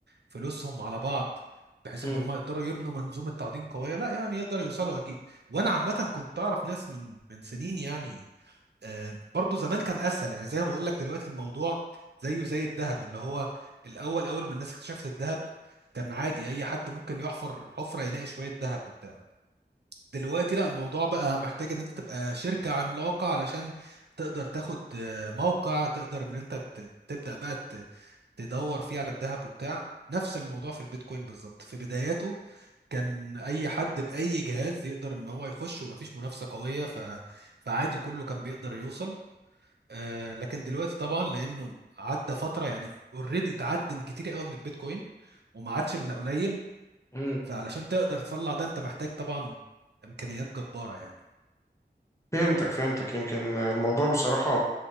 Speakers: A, on the right; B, on the left.
A: فلوسهم على بعض بحيث
B: مم.
A: ان هم يقدروا يبنوا منظومة تعدين قوية لا يعني يقدروا يوصلوا اكيد وانا عامة كنت اعرف ناس من من سنين يعني آه برضو زمان كان اسهل يعني زي ما بقول لك دلوقتي الموضوع زيه زي الذهب اللي هو الاول اول ما الناس اكتشفت الذهب كان عادي اي حد ممكن يحفر حفرة يلاقي شوية ذهب وبتاع دلوقتي لا الموضوع بقى محتاج ان انت تبقى شركة عملاقة علشان تقدر تاخد آه، موقع تقدر ان انت ت- تبدأ بقى ت- تدور فيه على الذهب وبتاع نفس الموضوع في البيتكوين بالظبط في بداياته كان اي حد باي جهاز يقدر ان هو يخش ومفيش منافسة قوية ف... فعادي كله كان بيقدر يوصل آه، لكن دلوقتي طبعا لانه عدى فترة يعني اوريدي اتعدم كتير قوي من البيتكوين وما عادش الا قليل
B: مم.
A: فعلشان تقدر تطلع ده انت محتاج طبعا امكانيات جبارة يعني
B: فهمتك فهمتك يمكن الموضوع بصراحة